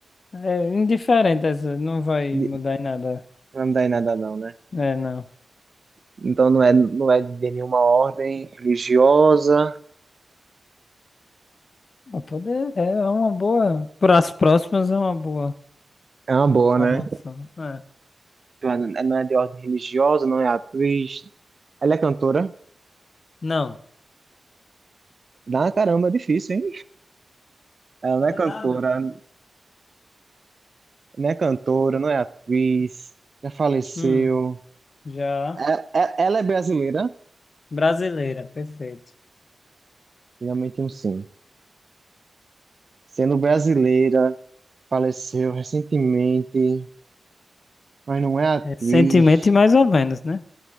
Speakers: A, on the left; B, on the right.
A: é indiferente essa. Não vai
B: De-
A: mudar em nada.
B: Não dá em nada, não, né?
A: É, não.
B: Então, não é, não é de nenhuma ordem religiosa.
A: Mas Poder é é uma boa. Para as próximas é uma boa
B: É uma boa,
A: informação.
B: né?
A: É.
B: Então, Não é de ordem religiosa, não é atriz. Ela é cantora.
A: Não.
B: Dá uma caramba, é difícil, hein? Ela não
A: Não
B: é cantora,
A: é nada.
B: não é cantora, não é atriz, já faleceu.
A: Hum, já.
B: É- é- Ela é brasileira?
A: Brasileira, perfeito.
B: Finalmente um sim. Sendo brasileira, faleceu recentemente, mas não é atriz.
A: Recentemente, mais ou menos, né?